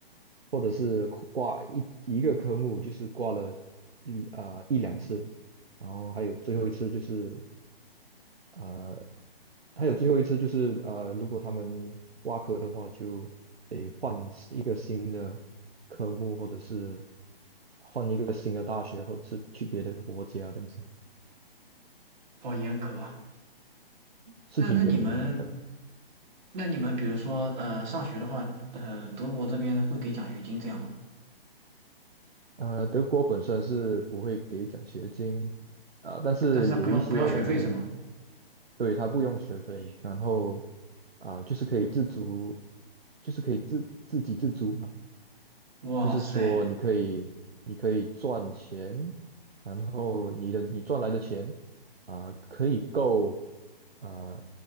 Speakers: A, on the right; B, on the right.
A: 或者是挂一一个科目就是挂了一啊、一两次，然后还有最后一次就是呃，还有最后一次就是呃，如果他们挖科的话，就得换一个新的科目，或者是换一个新的大学，或者是去别的国家，这样子
B: 好严格啊！
A: 是挺严格的。
B: 那那你们
A: 但
B: 那你们比如说呃上学的话，呃德国这边会给奖学金这样吗？
A: 呃，德国本身是不会给奖学金，呃，但是有一些人
B: 但是他不要不要学费是吗？
A: 对他不用学费，然后啊、就是可以自足，就是可以自自给自足嘛。
B: 哇塞，
A: 就是说你可以你可以赚钱，然后你的你赚来的钱啊、可以够啊、